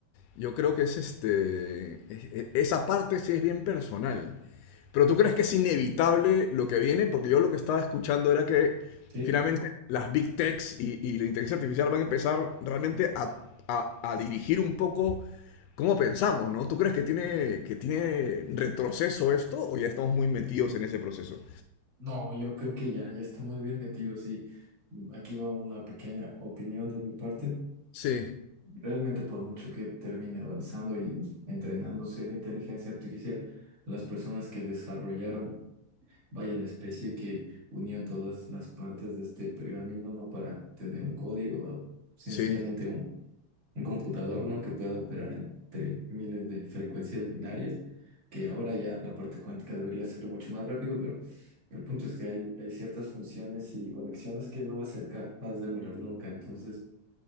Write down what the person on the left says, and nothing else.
Yo creo que es este. e- e- Esa parte sí es bien personal. Pero tú crees que es inevitable lo que viene, porque yo lo que estaba escuchando era que
finalmente las big techs y, y la inteligencia artificial van a empezar realmente a, a- a dirigir un poco cómo pensamos, ¿no? ¿Tú crees que tiene, que tiene retroceso esto o ya estamos muy metidos en ese proceso?
Sí,
sí.